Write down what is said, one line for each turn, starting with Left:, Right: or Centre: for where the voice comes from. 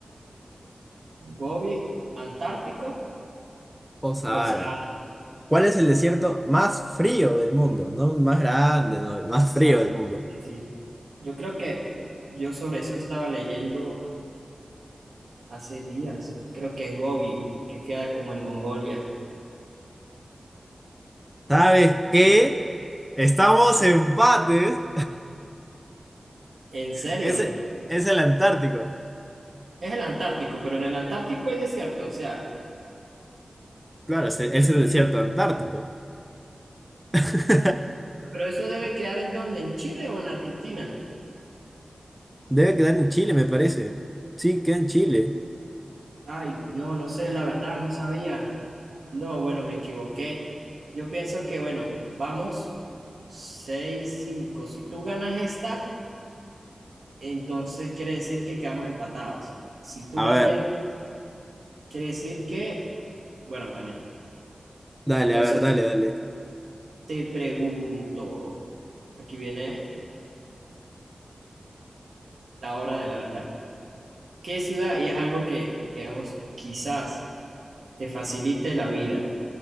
Right: Gobi, Antártico
Centre: o Sahara.
Right: o el Sahara.
Centre: ¿Cuál es el desierto más frío del mundo? No el más grande, no, el más frío
Right: Claro,
Centre: del mundo.
Right: sí, sí. Yo creo que yo sobre eso estaba leyendo hace días. Creo que es Gobi, que queda como en Mongolia.
Centre: ¿Sabes qué? Estamos empates.
Right: ¿En
Centre: <laughs>
Right: serio?
Centre: Ese es el Antártico.
Right: Es el Antártico, pero en el Antártico hay desierto, o sea.
Centre: Claro, es el, es el
Right: Sí.
Centre: desierto antártico. <laughs>
Right: Pero eso debe quedar en donde, ¿en Chile o en Argentina?
Centre: Debe quedar en Chile, me parece. Sí, queda en Chile.
Right: Ay, no, no sé, la verdad, no sabía. No, bueno, me equivoqué. Yo pienso que, bueno, vamos seis, cinco. Si tú ganas esta... Entonces quiere decir que quedamos empatados. Si tú
Centre: A
Right: la
Centre: ver.
Right: pierdes, quiere decir que, bueno, gané.
Centre: Dale,
Right: Entonces
Centre: a ver, dale, dale.
Right: te pregunto, aquí viene la hora de la verdad. ¿Qué ciudad? Y es algo que, digamos, quizás te facilite la vida